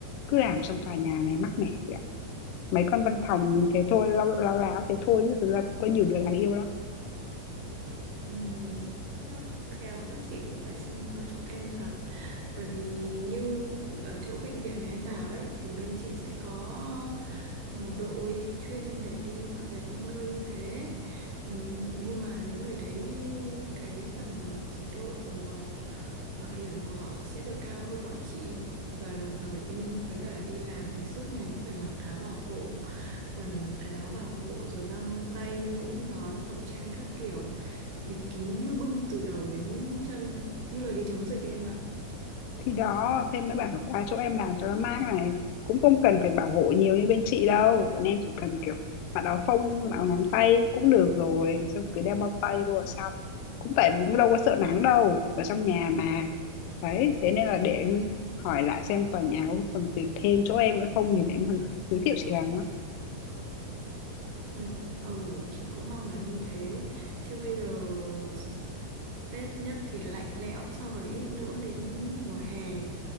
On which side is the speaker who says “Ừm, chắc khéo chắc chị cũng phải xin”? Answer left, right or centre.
Right